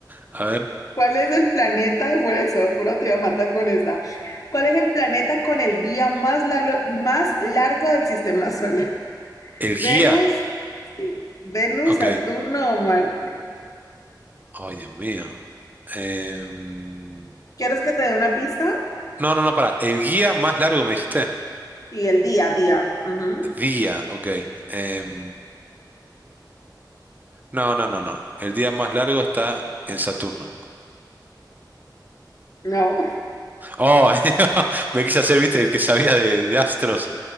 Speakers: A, on the right; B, on the left.
A: A ver.
B: <laughs> ¿Cuál es el planeta? Por eso, pero te voy a matar con esta. ¿Cuál es el planeta con el día más, lalo- más largo del sistema solar? <laughs>
A: ¿El
B: ¿Venus?
A: guía?
B: Sí. ¿Venus,
A: Ok.
B: Saturno o Marte?
A: Ay, Dios mío. Em,
B: ¿Quieres que te dé una pista?
A: No, no, no, para. ¿El guía más largo me dijiste?
B: Sí, el día a día. Ujú.
A: Día, ok. Em, no, no, no, no. El día más largo está en Saturno.
B: No.
A: Oh, <laughs> me quise hacer, viste, el que sabía de, de astros.